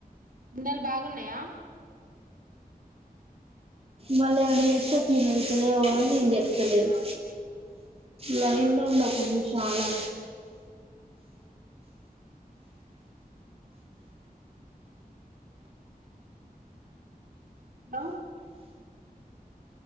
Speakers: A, on the right; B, on the right.
A: ఎండలు బాగున్నాయా
B: మళ్ళ ఏమన్న చెప్తే ఫీల్ అయితే అని నేను చెప్తలేను లైన్లో
A: ఆ
B: ఉండు ఒక నిమిష చాలా
A: బ్బా